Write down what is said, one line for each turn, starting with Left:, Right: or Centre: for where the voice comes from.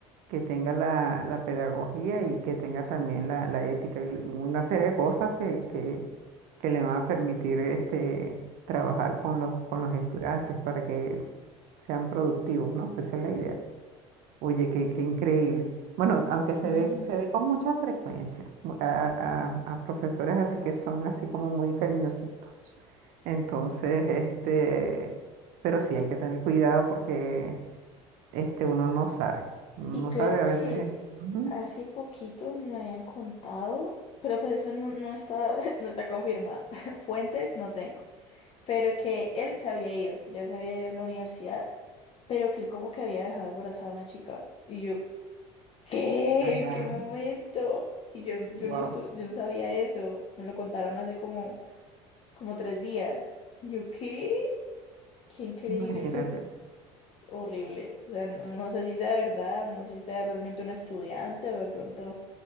Right: que tenga la, la pedagogía y que tenga también la, la ética y una serie de cosas que, que, que le van a permitir este, trabajar con los, con los estudiantes para que sean productivos, ¿no? Esa es la idea. Oye, qué, qué increíble. Bueno, aunque se
Left: mm.
Right: ve, se ve con mucha frecuencia mu- a, a- a profesores así que son así como muy cariñositos. Entonces, este, pero sí hay que tener cuidado porque este uno no sabe. Uno
Left: Y
Right: No
Left: creo
Right: sabe a
Left: que
Right: veces. Ujú.
Left: hace poquito me habían contado, pero pues eso no, no está, <laughs> no está confirmado. <laughs> Fuentes no tengo, pero que él se había ido, ya se había ido a la universidad, pero que él como que había dejado embarazada a una chica. Y yo, ¿Qué?
Right: Ah, ya.
Left: ¿Qué momento? Y yo, yo
Right: Wow.
Left: no, su- yo no sabía eso. Me lo contaron hace como, como tres días. Y yo, ¿qué? Qué increíble,
Right: Imagínate.
Left: pero pues horrible. O sea, no, no sé si sea de verdad, no sé si sea realmente una estudiante o de pronto